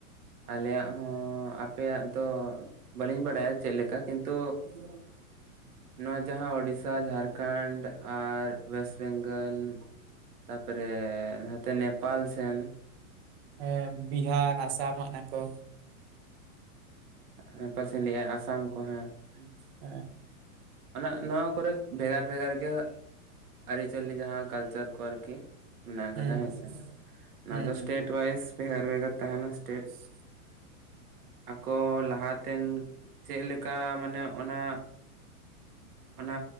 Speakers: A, on the right (about 85°); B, on the right (about 45°).
A: ᱟᱞᱮᱭᱟᱜ ᱦᱚᱸ ᱟᱯᱮᱭᱟᱜ ᱫᱚ ᱵᱟᱹᱞᱤᱧ ᱵᱟᱰᱟᱭᱟ ᱪᱮᱜ ᱞᱮᱠᱟ ᱾ ᱠᱤᱱᱛᱩ
B: <inaudible>
A: ᱱᱚᱣᱟ ᱡᱟᱦᱟᱸ ᱳᱰᱤᱥᱟ, ᱡᱷᱟᱸᱲᱠᱷᱚᱱᱰ, ᱟᱨ ᱚᱭᱮᱥᱴ ᱵᱮᱝᱜᱚᱞ, ᱛᱟᱯᱚᱨᱮ ᱱᱚᱛᱮ ᱱᱮᱯᱟᱞ ᱥᱮᱱ
B: ᱦᱮᱸ ᱵᱤᱦᱟᱨ ᱟᱥᱟᱢᱚᱜ ᱚᱱᱟ ᱠᱚ
A: ᱦᱮᱸ ᱯᱟᱥᱮᱧ ᱞᱟᱹᱭᱼᱟ ᱟᱥᱟᱢ ᱠᱚ ᱦᱚ ᱦᱮᱸ
B: ᱦᱮᱸ
A: ᱩᱱᱟᱹᱜ ᱱᱚᱣᱟ ᱠᱚᱨᱮ ᱵᱷᱮᱜᱟᱨ ᱵᱷᱮᱜᱟᱨ ᱜᱮ, ᱟᱹᱨᱤᱪᱟᱹᱞᱤ ᱡᱟᱦᱟᱸ ᱠᱟᱞᱪᱟᱨ ᱠᱚ ᱟᱨᱠᱤ ᱢᱮᱱᱟᱜ ᱟᱠᱟᱫᱟ
B: ᱦᱩᱸ
A: ᱦᱮᱸᱥᱮ ᱱᱚᱣᱟ
B: ᱦᱩᱸ
A: ᱫᱚ
B: ᱦᱩᱸ
A: ᱥᱴᱮᱴ ᱴᱩᱣᱟᱭᱤᱥ ᱵᱷᱮᱜᱟᱨ ᱵᱷᱮᱜᱟᱨ ᱛᱟᱦᱮᱱᱟ, ᱥᱴᱮᱴ
B: <inaudible>
A: ᱟᱠᱚ ᱞᱟᱦᱟᱛᱮᱱ ᱪᱮᱜ ᱞᱮᱠᱟ ᱢᱟᱱᱮ ᱚᱱᱟ ᱚᱱᱟ